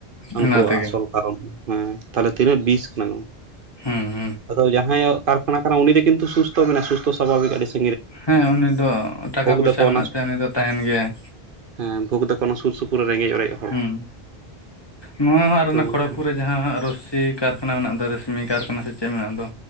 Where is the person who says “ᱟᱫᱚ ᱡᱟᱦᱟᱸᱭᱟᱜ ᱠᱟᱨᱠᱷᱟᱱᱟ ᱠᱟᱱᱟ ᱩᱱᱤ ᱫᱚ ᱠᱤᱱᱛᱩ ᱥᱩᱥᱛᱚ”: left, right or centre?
Right